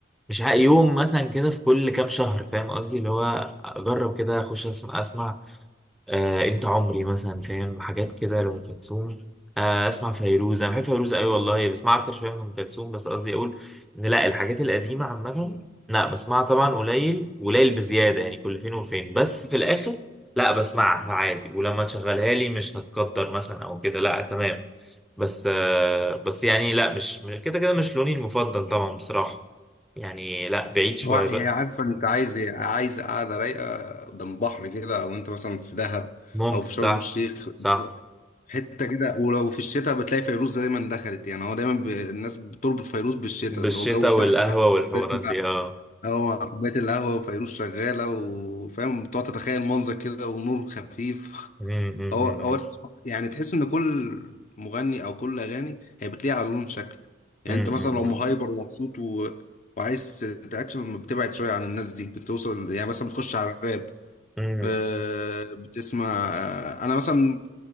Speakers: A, in the centre; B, on the left (about 40°).
A: مش ه- يوم مثلا كده في كل كام شهر فاهم قصدي اللي هو أجرب كده أخش أسمع أسمع آه انت عمري مثلا فاهم حاجات كده لأم كلثوم آه اسمع فيروز انا بحب فيروز قوي والله بسمع اكتر شويه من ام كلثوم بس قصدي اقول ان لا الحاجات القديمه عامه لا بسمعها طبعا قليل قليل بزياده يعني كل فين وفين بس في الاخر لا بسمعها عادي ولما تشغلها لي مش هتقدر مثلا او كده لا تمام بس آه بس يعني لا مش م- كده كده مش لوني المفضل طبعا بصراحه يعني لا بعيد شويه
B: هو هي
A: بقى
B: عارفة انت عايز ايه؟ عايز قاعدة رايقة قدام بحر كده او انت مثلا في دهب
A: ممكن
B: او في شرم
A: صح
B: الشيخ
A: صح
B: حتة كده ولو في الشتاء بتلاقي فيروز دايما دخلت يعني هو دايما ب... الناس بتربط فيروز بالشتاء
A: بالشتاء
B: اللي هو جو ساقع
A: والقهوه والحوارات
B: تسمع
A: دي اه
B: هو كوباية القهوة وفيروز شغالة وفاهم بتقعد تتخيل منظر كده ونور خفيف
A: امم
B: هو هو يعني تحس ان كل مغني او كل اغاني هي بتليق على لون شكل يعني
A: امم
B: انت مثلا لو مهايبر ومبسوط و... وعايز تاكشن بتبعد شويه عن الناس دي بتوصل يعني مثلا بتخش على الراب
A: امم
B: آه، بتسمع آه، انا مثلا